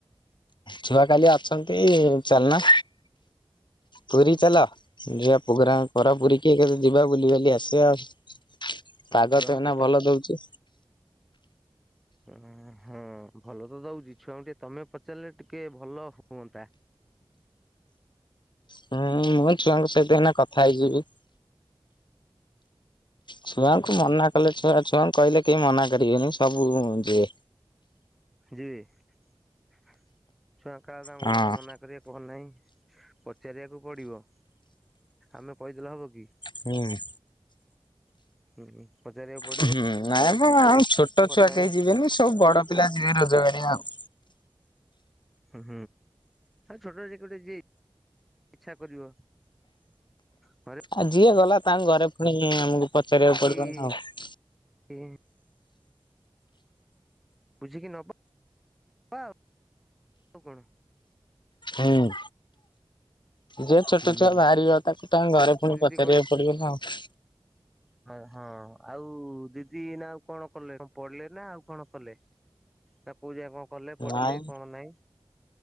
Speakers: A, on the left (about 55°); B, in the centre.
A: ଛୁଆ କାଲି ଅଛନ୍ତି ଚାଲୁନ। ପୁରୀ କି ଚାଲ। ଯିବା ପ୍ରୋଗ୍ରାମ କର ପୁରୀ କି ଏକାଥରେ ଯିବା ବୁଲିିବାଲି ଆସିବା ଆଉ। ପାଗ
B: ଛୁଆଙ୍କୁ
A: ତ ଏଇନା
B: ଟିକେ
A: ଭଲ ଦଉଚି।
B: ନାଁ ହଁ ଭଲ ତ ଦଉଚି ଛୁଆଙ୍କୁ ଟିକେ ତମେ ପଚାରିଲେ ଟିକେ ଭଲ ହୁଅନ୍ତା।
A: ହୁଁ ମୁଁ ହଁ ଛୁଆଙ୍କ ସହିତ ଏଇନା କଥା ହେଇଯିବି। ଛୁଆଙ୍କୁ ମନା କଲେ ଛୁଆ ଛୁଆଙ୍କୁ କହିଲେ କେହି ମନା କରିବେନି ସବୁ ଯିବେ।
B: ଛୁଆଙ୍କ ଘର
A: ହଁ
B: ଲୋକ ମନା କରିବେ। <inaudible> ନାଇଁ ପଚାରିବାକୁ ପଡ଼ିବ ଆମେ କହି ଦେଲେ ହବକି।
A: ହୁଁ।
B: ହୁଁ-ହୁଁ। ପଚାରିବାକୁ ପ
A: ହୁଁ ନାଇଁ ମୁଁ ଆଉ ଛୋଟ ଛୁଆ
B: ନାହିଁ
A: କେହି ଯିବେନି ସବୁ ବଡ ପିଲା ଯିବେ ରୋଜଗାରିଆ ଆଉ।
B: ଆଉ ଛୋଟ ଯଦି ଟିକେ ଗୋଟେ ଯିଏ ଇଚ୍ଛା କରିବ। ଘରେ
A: ଆଉ ଯିଏ ଗଲା ତାଙ୍କ ଘରେ ପୁଣି ଆମକୁ ପଚାରିବାକୁ
B: ପଚାରିକି
A: ପଡିବନା ଆଉ।
B: <unintelligible> ବୁଝିକି ନବା ଆଉ କଣ।
A: ହୁଁ। ଯିଏ ଛୋଟ
B: ହୁଁ।
A: ଛୁଆ ବାହାରିିବ ତାକୁ ତାଙ୍କ ଘରେ ପୁଣି
B: ଦିଦି
A: ପଚାରିବାକୁ ପଡିବ ନା ଆଉ।
B: ହା ହଁ ଆଉ ଦିଦି ଏଇନା ଆଉ କଣ କଲେ କଣ ପଢିଲେ ନା ଆଉ କଣ କଲେ? ନା କୋଉ ଯାଏଁ କଣ କଲେ ପଢିଲେ
A: ନାଇଁ
B: କଣ ନାଇଁ।